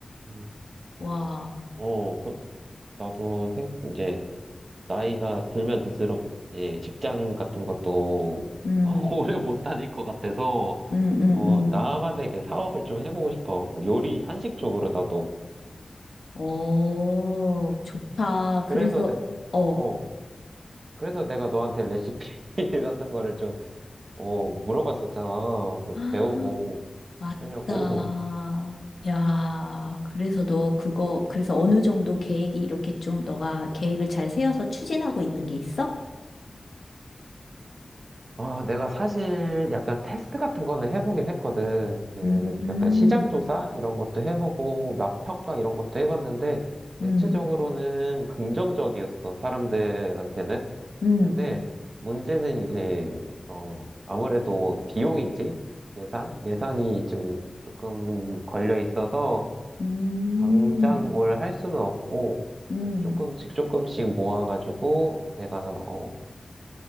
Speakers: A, on the right; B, on the left.
A: 음.
B: 와,
A: 어, 그- 나도 생, 이제 나이가 들면 들수록 이제 직장 같은 것도
B: 음,
A: <laughs> 오래 못 다닐 것 같아서
B: 음, 음,
A: 어,
B: 음.
A: 나만의 그 사업을 좀 해보고 싶어. 어, 요리, 한식 쪽으로 나도.
B: 어, 좋다.
A: 그래서
B: 그래서,
A: 내,
B: 어.
A: 어, 그래서 내가 너한테 레시피 <laughs> 같은 거를 좀, 어, 물어봤었잖아.
B: 아,
A: 배우고
B: 맞다.
A: 하려고.
B: 야, 그래서 너 그거, 그래서 어느 정도 계획이 이렇게 좀 너가 계획을 잘 세워서 추진하고 있는 게 있어?
A: 아, 내가 사실 약간 테스트 같은 거는 해보긴 했거든. 예,
B: 음,
A: 약간 시장 조사 이런 것도 해보고 맛 평가 이런 것도 해봤는데 대체적으로는
B: 음,
A: 긍정적이었어, 사람들한테는.
B: 음,
A: 근데 문제는 이제 어 아무래도 비용이지 예산 예산이 좀 조금 걸려 있어서
B: 음,
A: 당장 뭘 할 수는 없고
B: 음,
A: 아, 조금씩 조금씩 모아가지고 내가 어,